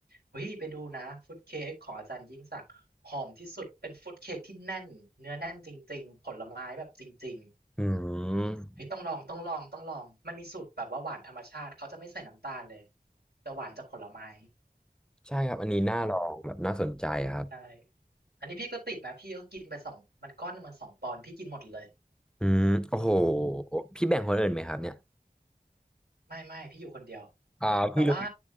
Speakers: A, on the right; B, in the centre.
A: เฮ้ยไปดูนะฟรุตเค้กของอาจารย์ยิ่งศักดิ์หอมที่สุดเป็นฟรุตเค้กที่แน่นเนื้อแน่นจริงๆผลไม้แบบจริง
B: อืม
A: ๆเฮ้ยต้องลองต้องลองต้องลองมันมีสูตรแบบว่าหวานธรรมชาติเขาจะไม่ใส่น้ำตาลเลยจะหวานจากผลไม้
B: ใช่ครับอันนี้น่าลองแบบน่าสนใจครับ
A: อืมใช่อันนี้พี่ก็ติดนะพี่ก็กินไปสองมันก้อนหนึ่งมันสองปอนด์พี่กินหมดเลย
B: อืมโอ้โหพี่แบ่งคนอื่นไหมครับเนี่ย
A: ไม่ไม่พี่อยู่คนเดียว
B: อ่าพี่รู้
A: แต่ว่า